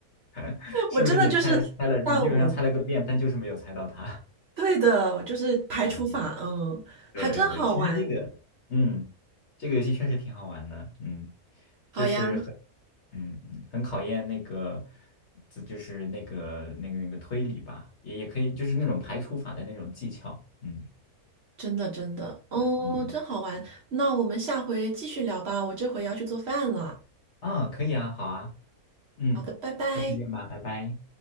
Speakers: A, on the left; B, on the right.
A: <laughs> 是不是你猜猜了，
B: 我真的就是在我
A: 你基本上猜了个遍，但就是没有猜到它，
B: 对的，就是排除法，
A: <laughs> 嗯嗯
B: 嗯，
A: 对对对，
B: 还真好玩，
A: 其实这个，嗯，这个游戏确实挺好玩的，嗯，
B: 好呀，
A: 就是很，嗯嗯，很考验那个，这就是那个那个那个推理吧，也也可以，就是那种排除法的那种技巧，嗯
B: 真的真的，哦，
A: 嗯嗯，
B: 真好玩。
A: 嗯
B: 那我们下回继续聊吧，我这回要去做饭了。
A: 啊，可以啊，好啊，嗯，
B: 好的，拜拜。
A: 下次见吧，拜拜。